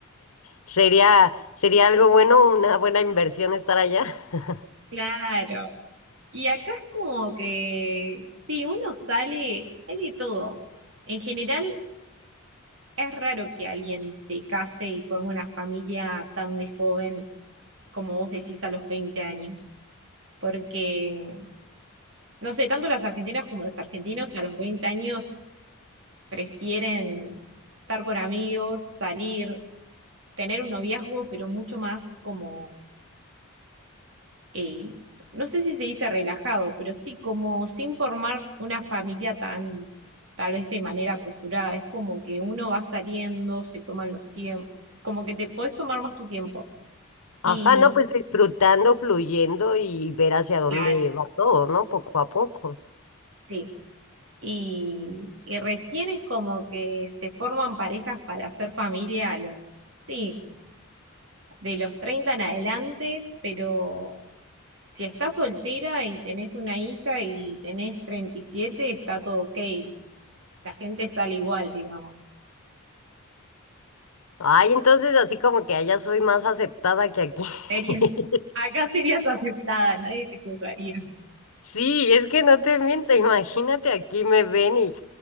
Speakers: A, on the left; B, on the right.
A: ¿Sería sería algo bueno, una buena inversión estar allá? <laughs>
B: Claro. Y acá es como que, si uno sale, hay de todo. En general, es raro que alguien se case y forme una familia tan de joven como vos decís a los 20 años. Porque, no sé, tanto las argentinas como los argentinos a los 20 años prefieren estar con amigos, salir, tener un noviazgo, pero mucho más como, eh, no sé si se dice relajado, pero sí como sin formar una familia tan, tal vez de manera apresurada. Es como que uno va saliendo, se toman los tiempos, como que te podés tomar más tu tiempo. Y
A: Ajá, no, pues disfrutando, fluyendo y ver hacia dónde
B: claro,
A: va todo, ¿no? Poco a poco.
B: sí. Y, y recién es como que se forman parejas para hacer familia a los, sí, de los 30 en adelante, pero Si estás soltera y tenés una hija y tenés treinta y siete está todo ok. La gente sale igual, digamos.
A: Ay, entonces así como que allá soy más aceptada que aquí.
B: Sería-
A: <laughs>
B: acá serías aceptada, nadie te juzgaría.
A: Sí, es que no te miento, imagínate, aquí me ven y